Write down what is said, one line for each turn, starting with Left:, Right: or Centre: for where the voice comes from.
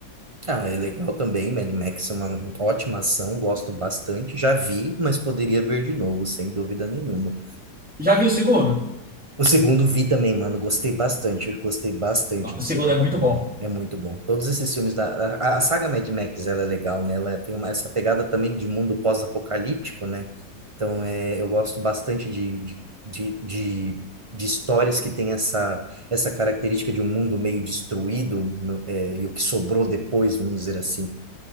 Right: Ah, é legal também. Mad Max é uma ótima ação, gosto bastante. Já vi, mas poderia ver de novo, sem dúvida nenhuma.
Centre: Já viu o segundo?
Right: O segundo vi também, mano, gostei bastante. Gostei bastante
Centre: O
Right: do
Centre: segundo
Right: segundo
Centre: é muito
Right: também.
Centre: bom.
Right: É muito bom. Todos esses filmes da. A, a saga Mad Max, ela é legal, né? Ela tem uma, essa pegada também de mundo pós-apocalíptico, né? Então, é, eu gosto bastante de, de, de, de, de histórias que têm essa, essa característica de um mundo meio destruído, no- é, e o que sobrou depois, vamos dizer assim.